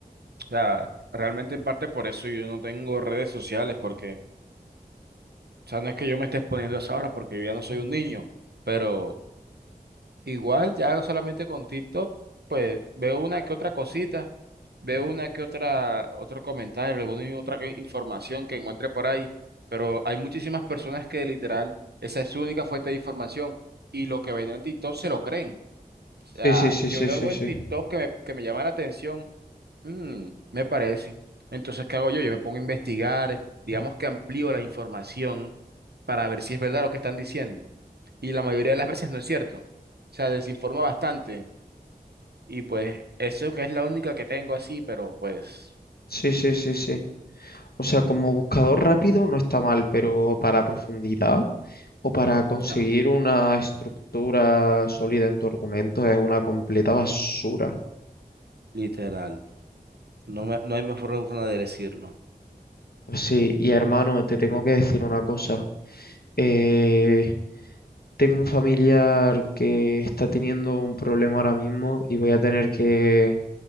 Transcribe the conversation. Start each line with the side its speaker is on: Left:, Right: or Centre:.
Right: O sea, realmente en parte por eso yo no tengo redes sociales, porque, o sea, no es que yo me esté exponiendo a esa hora porque yo ya no soy un niño, pero Igual, ya solamente con TikTok, pues veo una que otra cosita, veo una que otra, otro comentario, alguna otra que- información que encuentre por ahí, pero hay muchísimas personas que literal, esa es su única fuente de información y lo que ven en TikTok se lo creen. O sea,
Left: Sí, sí, sí,
Right: yo
Left: sí,
Right: veo
Left: sí,
Right: algo
Left: sí.
Right: en TikTok que me, que me llama la atención, mm, me parece. Entonces, ¿qué hago yo? Yo me pongo a investigar, digamos que amplío la información para ver si es verdad lo que están diciendo y la mayoría de las veces no es cierto. O sea, desinforma bastante y pues eso que es la única que tengo así, pero pues
Left: Sí, sí, sí, sí. O sea, como buscador rápido no está mal, pero para profundidad o para conseguir
Right: no.
Left: una estructura sólida en tu argumento es una completa basura.
Right: Literal. No me, no hay mejor forma de decirlo.
Left: Pues sí, y hermano, te tengo que decir una cosa. Eh, tengo un familiar que está teniendo un problema ahora mismo y voy a tener que...